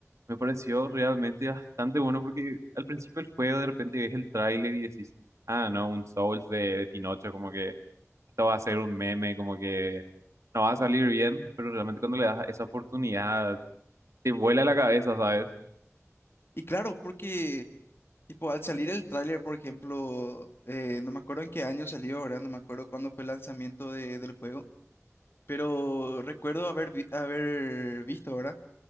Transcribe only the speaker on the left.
Y claro, porque Tipo, al salir el tráiler, por ejemplo, eh, no me acuerdo en qué año salió, ¿verdad? No me acuerdo cuándo fue el lanzamiento de- del juego, pero recuerdo haber, vi- haber visto, ¿verdad?